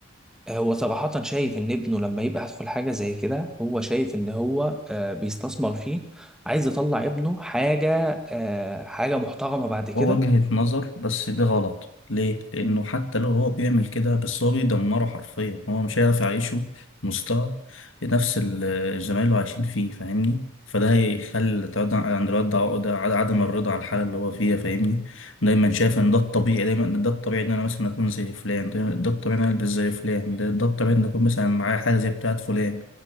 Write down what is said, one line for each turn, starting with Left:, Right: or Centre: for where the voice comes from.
Centre: آه، هو صراحة شايف إن ابنه لما يبقى هيدخل حاجة زي كده هو شايف إن هو آه، بيستثمر فيه عايز يطلع ابنه حاجة آه، حاجة محترمة بعد كده
Left: وجهة نظر بس ده غلط ليه؟ لأنه
Centre: مم.
Left: حتى لو هو بيعمل كده بس هو بيدمره حرفيا هو مش هيعرف يعيشه في مستوى نفس ال- زمايله عايشين فيه فاهمني؟ فده هيخلي تقعد عند الواد عقدة عد- عدم الرضا على الحالة اللي هو فيها فاهمني؟ دايما شايف إن ده الطبيعي دايما ده الطبيعي إن أنا مثلا أكون زي فلان دايما ده الطبيعي إن أنا ألبس زي فلان ده, ده الطبيعي إن أكون مثلا معايا حاجة زي بتاعة فلان